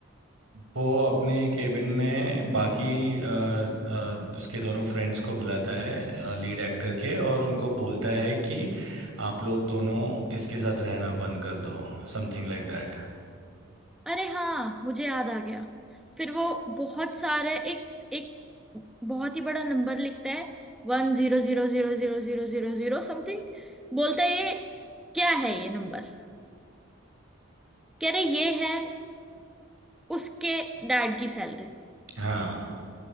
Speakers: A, on the right (about 85°); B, in the centre.
A: वो अपने केबिन में बाकी अ, अ, उसके दोनों फ्रेंड्स को बुलाता है लीड एक्टर के और उनको बोलता है कि आप लोग दोनों इसके साथ रहना बंद कर दो समथिंग लाइक दैट
B: अरे हाँ मुझे याद आ गया फिर वो बहुत सारे एक एक बहुत ही बड़ा नंबर लिखता है वन जीरो जीरो जीरो जीरो जीरो जीरो जीरो समथिंग बोलता है ये क्या है ये नंबर कह रहे ये है उसके डैड की सैलरी
A: हाँ